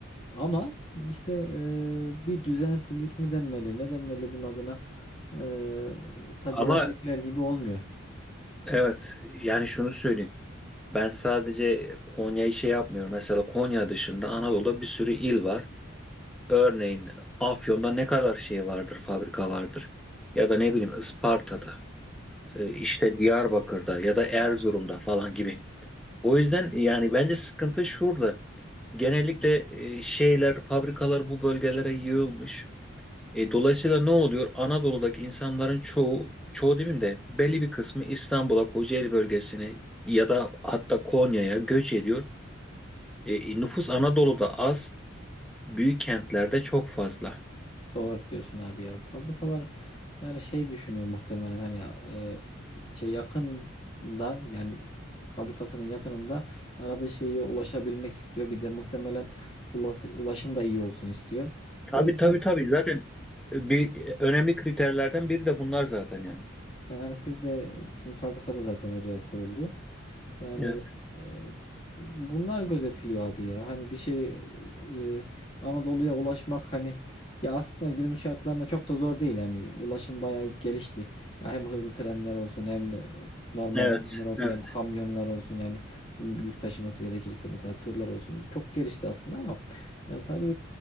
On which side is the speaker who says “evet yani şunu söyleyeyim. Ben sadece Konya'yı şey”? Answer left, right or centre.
Centre